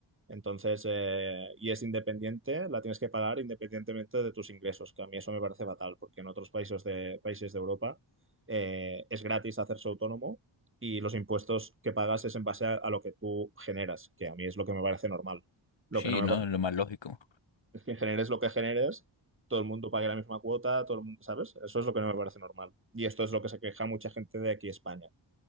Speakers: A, on the right; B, on the left.
A: Entonces, eh, y es independiente, la tienes que pagar independientemente de tus ingresos, que a mí eso me parece fatal, porque en otros países de, países de Europa eh, es gratis hacerse autónomo y los impuestos que pagas es en base a, a lo que tú generas, que a mí es lo que me parece normal. Lo
B: Sí,
A: que no me
B: ¿no?
A: parece
B: Lo más lógico.
A: es que generes lo que generes, todo el mundo pague la misma cuota, todo el mundo, ¿sabes? Eso es lo que no me parece normal. Y esto es lo que se queja mucha gente de aquí, España.